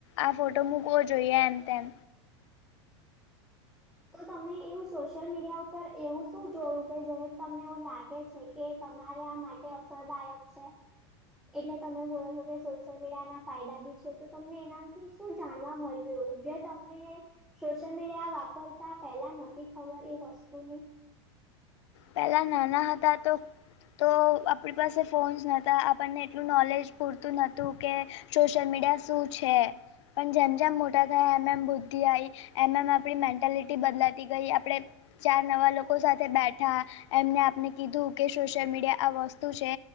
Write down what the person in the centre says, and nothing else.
<inaudible> તો તમે એવું સોશિયલ મીડિયા ઉપર એવું શું જોયું કે જે તમને એવું લાગે છે. કે તમારા માટે અસરદાયક છે એટલે તમે બોલો છો કે સોશિયલ મીડિયાના ફાયદા બી છે તો તમને એનાથી શું જાણવા મળ્યું એવું જે તમને સોશિયલ મીડિયા વાપરતા પહેલા નતી ખબર એ વસ્તુની.